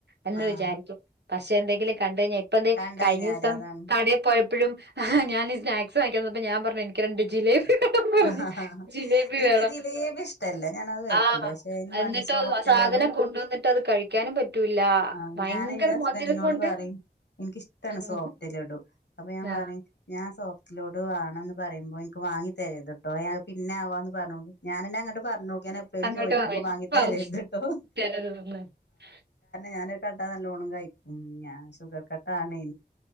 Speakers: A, on the right; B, on the left.
A: എന്ന്
B: ആഹ്
A: വിചാരിക്കും പക്ഷെ എന്തെങ്കിലും കണ്ട് കഴിഞ്ഞാൽ ഇപ്പം തേ
B: കണ്ടഴിഞ്ഞാല്
A: കഴിഞ്ഞ ദിവസം
B: അതാണ്
A: കടേ പോയ എപ്പോഴും ആഹ ഞാൻ ഈ സ്നാക്സ് വാങ്ങിക്കൻനിന്നപ്പോൾ ഞാൻ പറഞ്ഞു എനിക്ക് രണ്ട് ജിലേബി വേണം പറഞ്ഞു
B: ആ ഹാ ഹ
A: ജിലേബി
B: എനിക്ക്
A: വേണം
B: ജിലേബി ഇഷ് ട്ടല്ല ഞാന് അത് കഴിക്കൂല
A: ആഹ്
B: പക്ഷെ അതിന് വേണ്ടി
A: എന്നിട്ടോ
B: സോഫ്റ്റ്ലടു
A: സാധനം കൊണ്ടുവന്നിട്ട് അത് കഴിക്കാനും പറ്റൂല്ല
B: ആ
A: ഭയങ്കര
B: ഞാൻ എൻ്റെ ഹസ്ബൻഡിനോട്
A: മധുരം കൊണ്ട്
B: പറയും എനിക്കിഷ്ടമാണ്
A: ഉം
B: സോഫ്റ്റ് ലഡു അപ്പൊ ഞാൻ
A: ആഹ്
B: പറയു ഞാൻ സോഫ്റ്റ് ലഡു ആണ് എന്ന് പറയുമ്പോൾ എനിക്ക് വാങ്ങി തരും. കേട്ടോ ഞൻ പിന്നെ ആവാന്ന് പറഞ്ഞോു ഞാന എന്നെ അങ്ങട്ട് പറഞ്ഞുോക്കാ എപ്പോഴും
A: അങ്ങോട്ട്
B: ചോദിക്കുമ്പോ
A: പറയ്
B: വാങ്ങി
A: പറഞ്ഞ്
B: തരത് കേട്ടോ
A: <unintelligible>
B: ഞാനത് കണ്ടാ നല്ലോണ്ണം കഴിക്കും ഞാൻ ഷുഗർ കട്ട് ആണേ